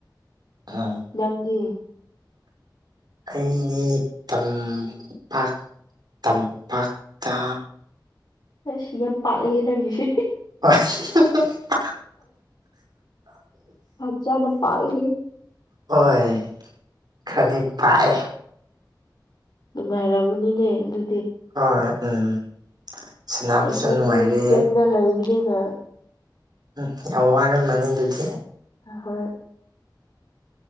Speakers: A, on the right (about 60°); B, on the left (about 55°).
A: ꯎꯝ
B: ꯅꯪꯒꯤ
A: ꯑꯩꯅꯤ ꯇꯝ ꯄ ꯇꯝꯄꯥꯛꯇ
B: ꯍ ꯁꯤ ꯌꯥꯝ ꯄꯥ ꯍꯦꯅꯒꯤꯁꯦ
A: ꯍ
B: ꯐꯖꯥꯅ ꯄꯁꯤ
A: ꯍꯣꯏ ꯈꯔꯗꯤ ꯄꯥꯏ
B: ꯅꯨꯡꯉꯥꯏꯔꯝꯃꯅꯤꯅꯦ ꯑꯗꯨ
A: ꯑ ꯎꯝ ꯁꯥꯟꯅꯕꯁꯨ
B: ꯑꯩꯈꯣꯏ
A: ꯅꯨꯡꯉꯥꯏꯔꯦ
B: ꯇ꯭ꯔꯦꯟꯗ ꯂꯦꯕ ꯅ
A: ꯎꯝ ꯌꯥꯝ ꯋꯥꯔ ꯃꯅꯤ ꯑꯗꯨꯗꯤ
B: ꯍꯣꯏ